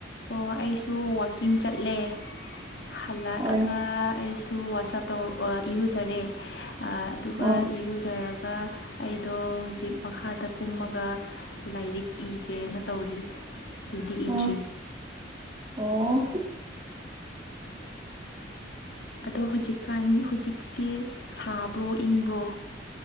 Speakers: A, on the left (about 60°); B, on the right (about 25°).
A: ꯑꯣ ꯑꯩꯁꯨ ꯋꯥꯛꯀꯤꯡ ꯆꯠꯂꯦ ꯍꯜꯂꯛꯑꯒ
B: ꯍꯣꯏ
A: ꯑꯩꯁꯨ ꯋꯥꯆꯞ ꯇꯣ ꯑ ꯏꯔꯨꯖꯔꯦ ꯑ ꯑꯗꯨꯒ
B: ꯑꯣ
A: ꯏꯔꯨꯖꯔꯒ ꯑꯩꯗꯣ ꯍꯧꯖꯤꯛ ꯃꯈꯥꯗ ꯀꯨꯝꯃꯒ ꯂꯥꯏꯔꯤꯛ ꯏꯒꯦꯅ ꯇꯧꯔꯤ ꯏꯗꯤ ꯏꯗ꯭ꯔꯤ
B: ꯑ ꯑꯣ
A: ꯑꯗꯣ ꯍꯧꯖꯤꯛꯀꯥꯟ ꯍꯧꯖꯤꯛꯁꯤ ꯁꯥꯕ꯭ꯔꯣ ꯏꯪꯕ꯭ꯔꯣ